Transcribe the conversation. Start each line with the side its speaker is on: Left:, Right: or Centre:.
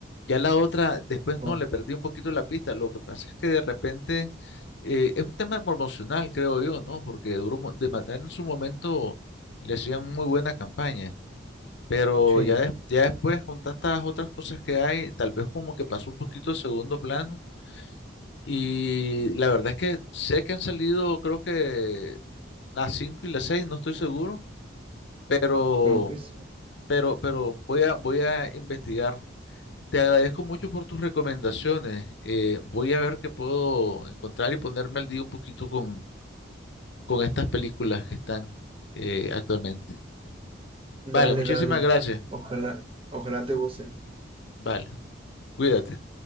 Left: Ya la otra, después
Right: Oh,
Left: no, le perdí un poquito la pista. Lo que pasa es que de repente eh, es un tema promocional, creo yo, ¿no? Porque Duro Mo- de Matar en su momento le hacían muy buena campaña, pero
Right: sí,
Left: ya, des- ya después con tantas otras cosas que hay, tal vez como que pasó un poquito a segundo plano y la verdad es que sé que han salido, creo que las 5 y las seis no estoy seguro, pero,
Right: creo que sí.
Left: pero, pero voy a, voy a investigar. Te agradezco mucho por tus recomendaciones. eh, voy a ver qué puedo encontrar y ponerme al día un poquito con, con estas películas que están eh, actualmente.
Right: Dale,
Left: Vale, muchísimas
Right: dale.
Left: gracias.
Right: Ojalá, ojalá te gusten.
Left: Vale, cuídate.